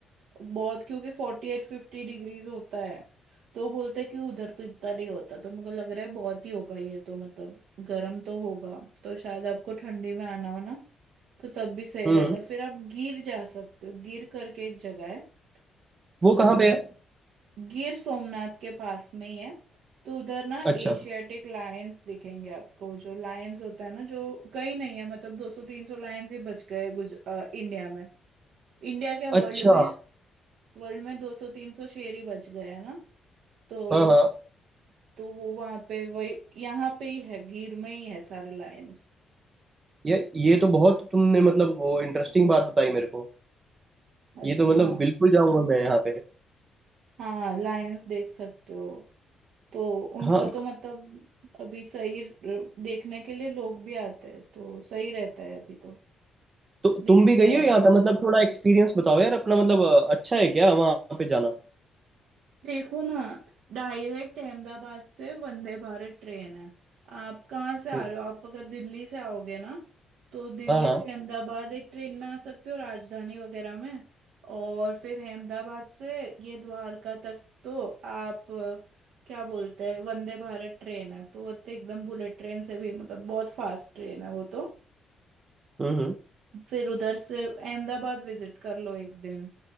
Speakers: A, on the right; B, on the right.
A: बहुत क्योंकि फोर्टी एट फिफ्टी डिग्रीज होता है तो बोलते हैं कि उधर तो इतना नहीं होता तो मेरे को लग रहा है बहुत ही होगा ये तो मतलब गर्म तो होगा तो शायद आपको ठंडी में आना हो ना तो तब भी सही
B: हम्म
A: रहेगा फिर आप गिर जा सकते हो गिर करके एक जगह है तो
B: वो कहाँ पे है
A: गिर सोमनाथ के पास में ही है तो उधर ना
B: अच्छा
A: एशियाटिक लायंस दिखेंगे आपको जो लायंस होता है ना जो कहीं नहीं है मतलब 200-300 लायंस ही बच गए गुज अ, इंडिया में इंडिया क्या वर्ल्ड
B: अच्छा
A: में अच्छा वर्ल्ड में 200-300 शेर ही बच गए हैं ना तो
B: हाँ हाँ
A: तो वो वहां पे वही यहाँ पे ही है गिर में ही है सारे लायंस
B: यार ये तो बहुत तुमने मतलब वो इंटरेस्टिंग बात बताई मेरे को ये
A: अच्छा
B: तो मतलब बिल्कुल जाऊंगा मैं यहाँ पे
A: हाँ लायंस देख सकते हो तो उनका
B: हाँ
A: तो मतलब अभी सही र- देखने के लिए लोग भी आते हैं तो सही रहता है अभी तो
B: तो
A: दिखते
B: तुम भी गई
A: हैं
B: हो यहाँ
A: अभी
B: पे मतलब थोड़ा एक्सपीरियंस बताओ यार अपना मतलब अच्छा है क्या वहाँ पे जाना
A: देखो ना डायरेक्ट अहमदाबाद से वंदे भारत ट्रेन है आप कहाँ से आ
B: हम्म,
A: रहे हो आप अगर दिल्ली से आओगे ना तो दिल्ली
B: हाँ हाँ
A: से अहमदाबाद एक ट्रेन में आ सकते हो राजधानी वगैरह में और फिर अहमदाबाद से ये द्वारका तक तो आप अ, क्या बोलते हैं वंदे भारत ट्रेन है तो वो तो एकदम बुलेट ट्रेन से भी मतलब बहुत फास्ट ट्रेन है वो तो
B: हम्म हम्म
A: फिर उधर से अहमदाबाद विजिट कर लो एक दिन